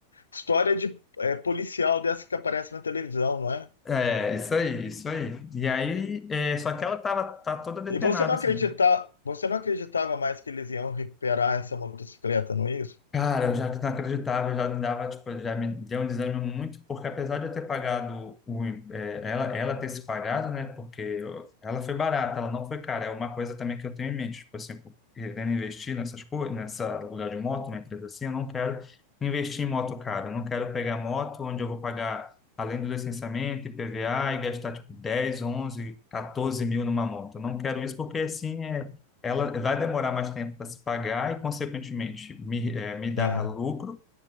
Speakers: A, on the left; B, on the left.
A: história de é, policial dessa que aparece na televisão, não é?
B: É, isso aí, isso aí. E aí, é, só que ela tava tá toda depenada
A: E você não
B: assim,
A: acredita,
B: né?
A: você não acreditava mais que eles iam recuperar essa motocicleta, não é isso?
B: Cara, eu já não acreditava, eu já me dava, tipo, já me deu um desânimo muito, porque apesar de eu ter pagado o, im- eh, ela, ela ter se pagado, né? Porque eu- ela foi barata, ela não foi cara. É uma coisa também que eu tenho em mente, tipo assim, pô, querendo investir nessas coisas, nessa lugar de moto, uma empresa assim, eu não quero investir em moto cara. Eu não quero pegar moto onde eu vou pagar, além do licenciamento, IPVA, e gastar tipo 10 11 14 mil numa moto. Eu não quero isso porque assim é ela vai demorar mais tempo para se pagar e, consequentemente, me, eh, me dar
A: É,
B: lucro.